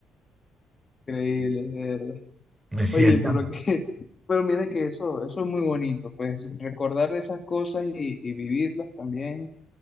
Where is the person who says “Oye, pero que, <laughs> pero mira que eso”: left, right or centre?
Left